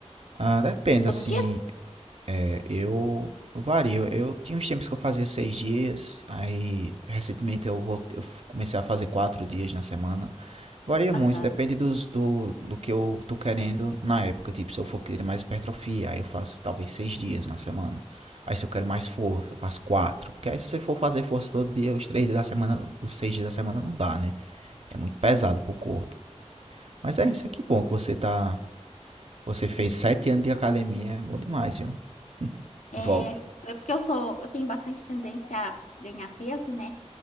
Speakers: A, on the right; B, on the left.
A: Ah, depende,
B: Todo
A: assim.
B: dia?
A: É, eu, eu vario. Eu tinha uns tempos que eu fazia seis dias, aí recentemente eu voltei, eu comecei a fazer quatro dias na semana. Varia muito,
B: Aham.
A: depende dos, do, do que eu tô querendo na época. Tipo, se eu for querer mais hipertrofia, aí eu faço talvez seis dias na semana. Aí se eu quero mais força, eu faço quatro. Porque aí se você for fazer força todo dia, os três dias da semana, os seis dias da semana não dá, né? É muito
B: Sim,
A: pesado
B: sim.
A: pro corpo. Mas é isso aqui, bom que você tá. Você fez sete anos de academia, é bom demais, viu?
B: É,
A: Volte.
B: é porque eu sou, eu tenho bastante tendência a ganhar peso, né?